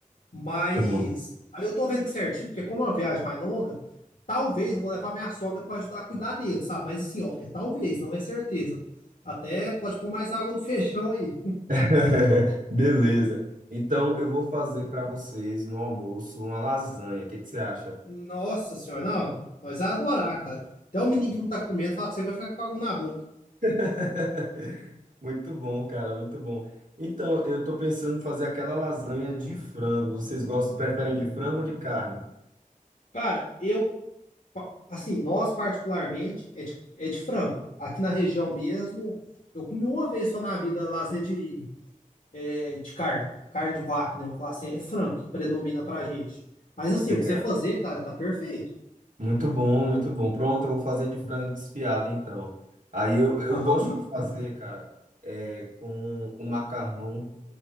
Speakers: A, on the left; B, on the right.
A: Mas
B: Hum.
A: aí eu tô vendo que certinho, porque como é uma viagem mais longa, talvez eu vou levar minha sogra pra ajudar a cuidar dele, sabe? Mas assim, ó, é talvez, não é certeza. Até pode pôr mais água no <laughs> feijão aí.
B: <laughs> Beleza. Então, eu vou fazer para vocês no almoço uma lasanha. O que, que você acha?
A: Nossa senhora, não, nós vai adorar, cara. Até o menino que não tá comendo, fala pra você, que vai ficar com algo na boca.
B: <laughs> Muito bom, cara, muito bom. Então, eu tô pensando em fazer aquela lasanha de frango. Vocês gostam, preferem de frango ou de carne?
A: Cara, eu, assim, nós particularmente, é de, é de frango. Aqui na região mesmo, eu comi uma vez só na vida lasanha de, é, de carne, carne de vaca, né? Vou falar assim, é frango que predomina pra gente. Mas assim,
B: Legal.
A: o que você fazer, cara, tá perfeito.
B: Muito bom, muito bom. Pronto, eu vou fazer de frango desfiado, então. Aí eu, eu
A: Aham.
B: gosto de fazer, cara, é, com o macarrão